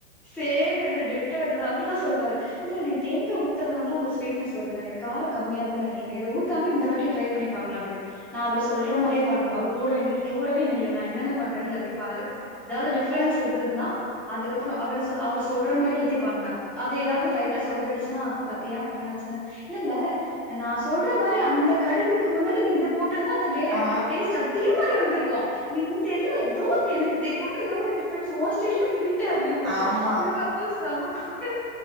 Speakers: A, in the centre; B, on the right.
A: சேம் இது டிட்டோ இதுதா அவரு தா சொல்வாரு இல்ல நீ தேங்கா ஊத்துறனால்தா அந்த ஸ்வீட்னஸ் வருது நெனக் கார கம்மியாவுதுன் நெனக்ற நீ அத ஊத்தாம இந்த வாட்டி ட்ரை பண்ணி பாக்லா அப்டினு நா அவரு சொல்ற மாரியே பண்ணு அவரு கூடவே நீ கூடவே நில்லு நா என்னென்ன பண்றே எல்லாத்தி பாரு எதாவ்து டிஃபரன்ஸ்
B: ஆ
A: இருந்ததுன்னா அதுக்கப்புறோ அவரு சொல்ற மாரி எல்லாத்தி பண்ணுவ அது எதாவது லைட்டா சொதப்பிடுச்சுன்னா பாத்தியா என்ன ஆச்சுன்னு இல்ல இல்ல நா சொல்ற மாரி அந்த கடுகுக்கு முன்னாடி நீ இத போட்டுருந்தா அந்த டே
B: ஆ
A: டேஸ்ட்டு அ தே மாரி வந்துருக்கு நீ இந்த இதுல எத்தோ எனக்கு தெரியாம எதோ ஒரு டிஃப்ரன்ஸ் உ ஸ்டைல்ல பண்ணி அப்டின்னுவாரு
B: ஆமா.
A: எனக்கு அப்போ செம்ம கோவ்வந்து